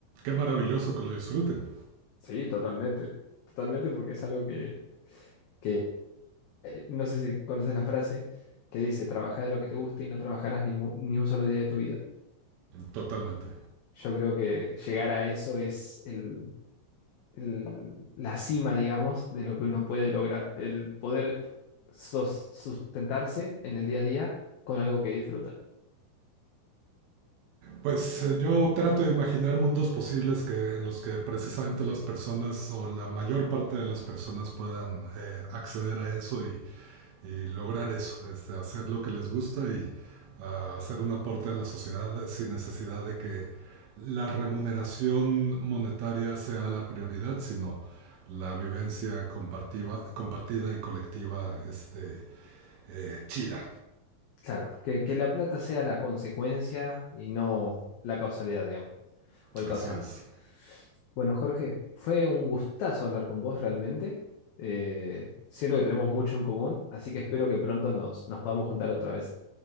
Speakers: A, on the right; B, on the left.
A: Qué maravilloso que lo disfruten.
B: Sí, totalmente. Totalmente porque es algo que, que eh, no sé si conoces la frase que dice, trabaja de lo que te guste y no trabajarás ningún, ni un solo día de tu vida.
A: Totalmente.
B: Yo creo que llegar a eso es el, el- la cima, digamos, de lo que uno puede lograr, el poder sos- sustentarse en el día a día con algo que disfruta.
A: Pues eh, yo trato de imaginar mundos posibles que, en los que precisamente las personas o la mayor parte de las personas puedan eh, acceder a eso y, y lograr eso, este, hacer lo que les gusta y ah, hacer un aporte a la sociedad eh, sin necesidad de que la remuneración monetaria sea la prioridad, sino la vivencia compartida, compartida y colectiva este, eh, chida.
B: Claro, que, que la plata sea la consecuencia y no la causalidad, digamos, o el causante.
A: Así es.
B: Bueno, Jorge, fue un gustazo hablar con vos realmente. Eh, siento que tenemos mucho en común, así que espero que pronto nos, nos podamos juntar otra vez,